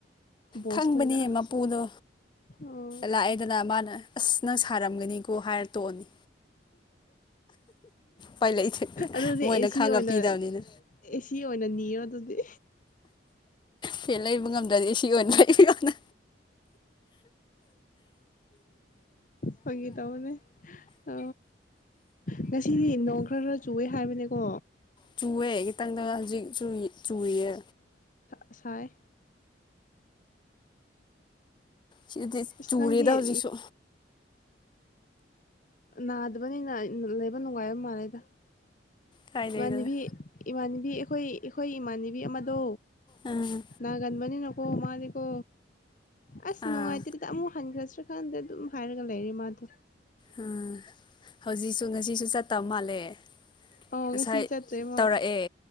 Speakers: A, on the left; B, on the left.
A: ꯕꯣꯁ
B: ꯈꯪꯕꯅꯤ
A: ꯈꯣꯏꯗ
B: ꯃꯄꯨꯗꯣ
A: ꯑꯣ
B: ꯂꯥꯛꯑꯦꯗꯅ ꯃꯥꯅ ꯑ ꯅꯪ ꯁꯥꯔꯝꯒꯅꯤꯀꯣ ꯍꯥꯏꯔ ꯇꯣꯛꯑꯅꯤ ꯄꯥꯏ ꯂꯩꯛꯁꯦ
A: ꯑꯗꯨꯗꯤ
B: ꯃꯣꯏꯅ
A: ꯑꯦꯁꯤ
B: ꯈꯪꯉ
A: ꯑꯣꯏꯅ
B: ꯄꯤꯗꯕꯅꯤꯅ
A: ꯑꯦꯁꯤ ꯑꯣꯏꯅ ꯅꯤꯔꯣ ꯑꯗꯨꯗꯤ
B: ꯄꯂ ꯏꯕ ꯉ ꯑꯗꯨꯗꯤ ꯁꯤ ꯑꯣꯏꯅꯅ
A: ꯐꯪꯒꯤꯦ ꯇꯧꯕꯅꯦ ꯑ ꯉꯁꯤꯗꯤ ꯅꯣꯡ ꯈꯔ ꯆꯋꯦ ꯍꯥꯏ ꯃꯅꯦ ꯀꯣ
B: ꯆꯨꯑꯦ ꯈꯤꯇꯪꯗꯪ ꯍꯧꯖꯤꯛ ꯆꯨꯔꯤꯌꯦ
A: ꯉꯥꯁꯥꯏ
B: ꯁꯤ
A: ꯑꯁ
B: ꯆꯨꯔꯤꯦꯗ
A: ꯅꯪꯗꯤ
B: ꯍꯧꯖꯤꯛ ꯁ
A: ꯅꯥꯗꯕꯅꯤꯅ ꯂꯩꯕ ꯅꯨꯡꯉꯥꯏꯕ ꯃꯥꯜꯂꯦꯗ
B: ꯀꯥꯏꯗꯩꯗꯅ
A: ꯏꯃꯥꯟꯕꯤ ꯏꯃꯥꯟꯕꯤ ꯑꯩꯈꯣꯏ ꯑꯩꯈꯣꯏ ꯏꯃꯥꯟꯅꯕꯤ ꯑꯃꯗꯣ
B: ꯑꯥ
A: ꯅꯒꯟꯕꯅꯤꯀꯣ ꯑꯣ ꯃꯥꯅꯤꯀꯣ ꯑꯁ
B: ꯑꯥ
A: ꯅꯨꯡꯉꯥꯏꯇꯔꯤꯗ ꯑꯃꯨꯛ ꯍꯟꯈꯔꯥꯁꯤꯔ ꯈꯥꯟꯗ ꯑꯗꯨꯝ ꯍꯥꯏꯔꯒ ꯂꯩꯔꯤ ꯃꯥꯗꯨ
B: ꯑꯥ ꯍꯧꯖꯤꯛꯁꯨ ꯉꯁꯤꯁꯨ ꯆꯠꯇꯕ ꯃꯥꯜꯂꯦ
A: ꯑꯣ
B: ꯉꯁꯥꯏ
A: ꯉꯁꯤ ꯆꯠꯇ꯭ꯔꯦꯃ
B: ꯇꯧꯔꯛꯑꯦ